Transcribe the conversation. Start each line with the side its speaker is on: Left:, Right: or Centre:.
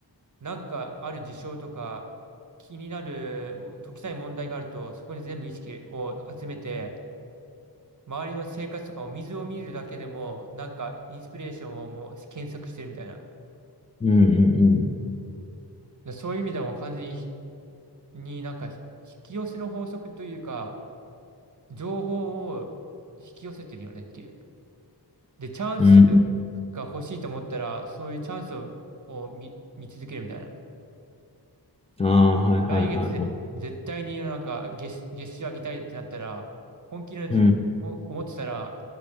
Right: なんかある事象とか気になるもう解きたい問題があるとそこに全部意識を集めて周りの生活とかを水を見るだけでもなんかインスピレーションをもう検索してるみたいな。
Left: うん、うん。うん、うん、
Right: でそういう意味ではもう完全にひ、になんかひ引き寄せの法則というか情報を引き寄せてるよねっていう。で、チャンス
Left: うん。
Right: が欲しいと思ったらそういうチャンスを、を見、見続けるみたいな。
Left: うん、ああ、はいはいはいはい。
Right: 来月ぜ、絶対になんか月、月収上げたいってなったら、本気でぜほ思ってたら、
Left: うん、